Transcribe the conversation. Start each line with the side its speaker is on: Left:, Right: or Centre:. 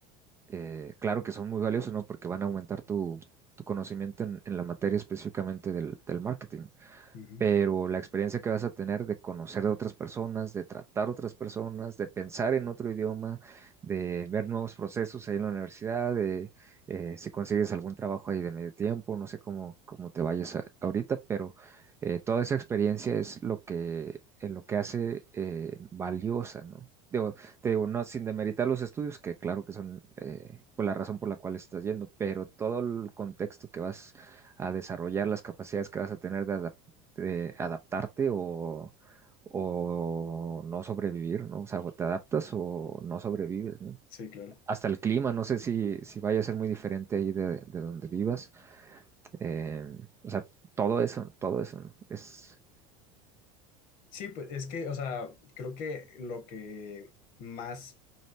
Right: eh, claro que son muy valiosos, ¿no? Porque van a aumentar tu, tu conocimiento en, en la materia específicamente del, del marketing
Left: Ujú.
Right: pero la experiencia que vas a tener de conocer a otras personas, de tratar a otras personas, de pensar en otro idioma, de ver nuevos procesos ahí en la universidad, de eh, si consigues algún trabajo ahí de medio tiempo, no sé cómo, cómo te vayas a- ahorita, pero eh, toda esa experiencia es lo que, eh, lo que hace eh, valiosa, ¿no? Digo, te digo, no, sin demeritar los estudios, que claro que son eh, pues la razón por la cual estás yendo, pero todo el contexto que vas a desarrollar, las capacidades que vas a tener de adaptabilidad, eh, adaptarte o, o no sobrevivir, ¿no? O sea, o te adaptas o no sobrevives, ¿no?
Left: Sí, claro.
Right: Hasta el clima, no sé si, si vaya a ser muy diferente ahí de, de donde vivas. Eh, o sea, todo eso, todo eso, ¿no? Es,
Left: Sí, pues es que, o sea, creo que lo que más